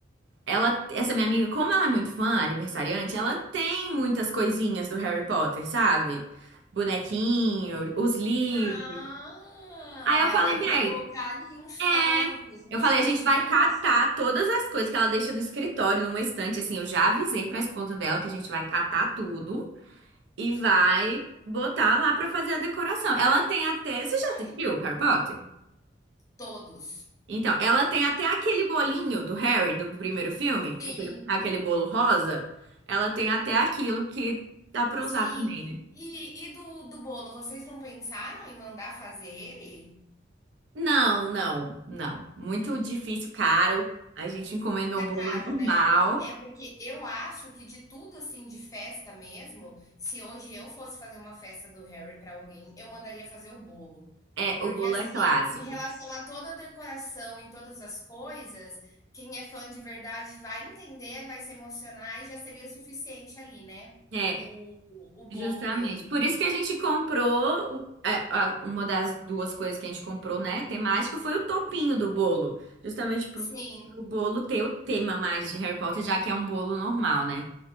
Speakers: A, on the right (about 70°); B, on the left (about 15°).
A: Ela, essa minha amiga, como ela é muito fã, aniversariante, ela tem muitas coisinhas do Harry Potter, sabe? Bonequinho, os livros.
B: ah,
A: Aí
B: vai
A: eu falei,
B: dar
A: véi,
B: para colocar ali uns
A: é.
B: francos, umas
A: Eu falei,
B: coisas
A: a gente
B: de
A: vai
B: decoração.
A: catar todas as coisas que ela deixa no escritório, numa estante, assim. Eu já avisei pra esposa dela que a gente vai catar tudo e vai botar lá pra fazer a decoração. Ela tem até. Você
B: Isso
A: já assistiu
B: aí,
A: Harry Potter?
B: todos.
A: Então, ela tem até aquele bolinho do Harry, do primeiro filme,
B: Sim,
A: aquele, aquele bolo rosa. Ela tem até aquilo que dá
B: sim.
A: pra usar também, né?
B: E e do do bolo, vocês não pensaram em mandar fazer ele?
A: Não, não, não. Muito difícil, caro. A gente encomendou
B: Fica
A: um
B: caro,
A: bolo normal.
B: né? É porque eu acho que de tudo assim de festa mesmo, se hoje eu fosse fazer uma festa do Harry para alguém, eu mandaria fazer o bolo.
A: É,
B: Porque
A: o bolo
B: assim,
A: é clássico.
B: em relação a toda a decoração, em todas as coisas, quem é fã de verdade vai entender, vai se emocionar e já seria o suficiente ali, né?
A: É,
B: O, o, o bolo
A: Justamente.
B: dele.
A: Por isso que a gente comprou, é, a- uma das duas coisas que a gente comprou, né, temática, foi o topinho do bolo. Justamente pro,
B: Sim,
A: pro bolo ter o tema mais de Harry Potter, já que é um bolo normal, né?